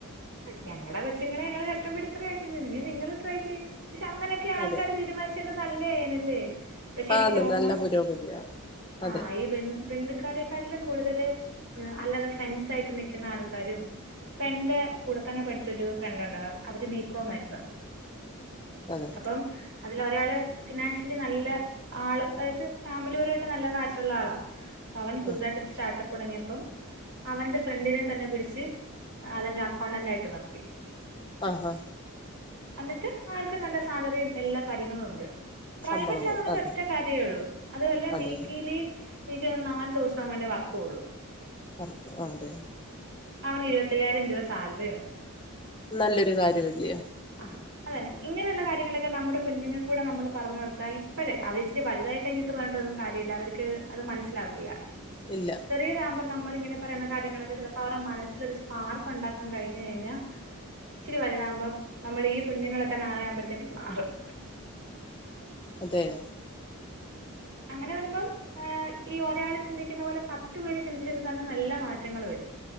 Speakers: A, on the right; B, on the left.
A: ഞങ്ങടെ കൊച്ചുങ്ങളെ ഞങ്ങള് കഷ്ടപ്പെടുത്തത് അയക്കുന്ന് ഇനി നിങ്ങള് ട്രൈ ചെയ് പക്ഷെ അങ്ങനൊക്കെ ആൾക്കാര്
B: അതെ
A: തീരുമാനിച്ചെന്ത് നല്ലയാരുന്നല്ലേ? പക്ഷെ എനിക്ക്
B: ആന്ന്
A: രോന്നുന്ന
B: നല്ല പുരോഗതിയാവും അതെ
A: ആഹ് ഈ ബന്ദ് ബന്ധു ക്കരെക്കാട്ടിലും കൂടുതല് അല്ലാതെ ഫ്രണ്ട്സായിട്ട് നിക്കുന്ന ആൾക്കാരും ഇപ്പ എന്റെ കൂടെ തന്നെ പഠിച്ചൊരു ഫ്രണ്ട് ഉണ്ടാ അവര് ബികോമാരുന്നു.
B: അതെ
A: അപ്പം അതിലൊരാള് ഫിനാൻഷ്യലി നല്ല ആള് അതായത് ഫാമിലിപരമായിട്ട് നല്ല കാശുള്ളാളാ പവൻ പുതുതായിട്ടൊരു
B: ആഹ്
A: സ്റ്റാർട്ടപ്പ് തുടങ്ങിയപ്പം അവന്റെ ഫ്രണ്ടിനെ തന്നെ പിടിച്ച് അതെന്റെ അക്കൗണ്ടന്റായിട്ട് നിർത്തി.
B: ആഹാ
A: എന്നിട്ട് ആൾക്ക് നല്ല സാലറിയും എല്ലാ കാര്യങ്ങളും ഉണ്ട്. പ്രൈവറ്റാന്നൊള്ളൊരു
B: ശമ്പളവും അതെ
A: ഒറ്റ കാര്യേ ഒള്ളു അതുവല്ല
B: അതെ
A: വീക്കിലി എയ്ക്ക് നാൽ ദിവസംങ്ങാണ്ടെ വർക്കോള്ളു.
B: പർക്കും ആഹ് അതെ
A: അവന് ഇരുപത്തയ്യായിരം രൂപ സാലറി ഉണ്ട്.
B: നല്ലൊരു കാരോല്ല്യ
A: ആഹ് അതന്നെ ഇങ്ങനെയുള്ള കാര്യങ്ങളൊക്കെ നമ്മുടെ കുഞ്ഞുങ്ങൾ കൂടെ നമ്മള് പറന്ന് കൊടുത്താ ഇപ്പഴേ അവരിച്ചിരി വലുതായി കഴിഞ്ഞിട്ട് പറഞ്ഞിട്ടൊന്നും കാര്യമില്ല അവർക്ക് അത് മനസിലാവത്തില്ല.
B: ഇല്ല
A: ഇതാകുമ്പോൾ നമ്മൾ ഇങ്ങനെ പറയുന്ന കാര്യങ്ങളൊക്കെ ചിലപ്പോ അവടെ മനസ്സിൽ ഒരു സ്പാർക്ക് ഉണ്ടാക്കാൻ കഴിഞ്ഞ് കഴിഞ്ഞാൽ ഇച്ചിരി വലുതാകുമ്പോൾ നമ്മുടെ ഈ കുഞ്ഞുങ്ങളൊക്കെ നാളെയാവുമ്പോഴത്തേക്കും മാറും.
B: അതെയോ
A: അങ്ങനെ വരുമ്പോ ആഹ് ഈ ഒരാൾ ചിന്തിക്കുന്ന പോലെ പത്തു പേര് ചിന്തിച്ചത് തന്നെ നല്ല മാറ്റങ്ങൾ വരും.